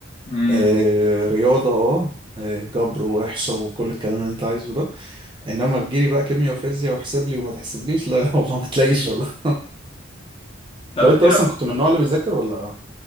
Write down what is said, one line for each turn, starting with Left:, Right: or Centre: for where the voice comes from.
Left: امم
Right: أه رياضه اه آه، جبر واحصاء وكل الكلام اللي انت عايزه ده انما تجيلي بقى كيمياء وفيزياء واحسب لي وما تحسبليش لا <laughs> والله ما تلاقيش والله
Left: طب
Right: طب انت
Left: ايه
Right: اصلا كنت من النوع اللي بيذاكر ولا